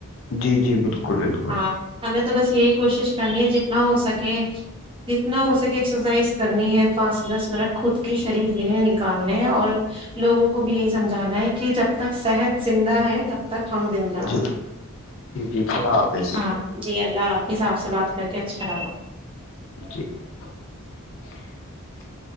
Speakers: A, on the left; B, on the right.
A: جی جی بالکل بالکل
B: ہاں ہمیں تو بس یہی کوشش کرنی ہے جتنا ہو سکے جتنا ہو سکے ایکسرسائز کرنی ہے پانچ سے دس منٹ خود کے شریر لینے نکالنے ہے اور لوگوں کو بھی یہی سمجھانا ہے کہ جب تک صحت زندہ ہے تب کم زندہ
A: جی جی جی خدا حافظ
B: ہاں جی اللہ حافظ حساب سے بات کر کے اچھا لگا
A: <unintelligible>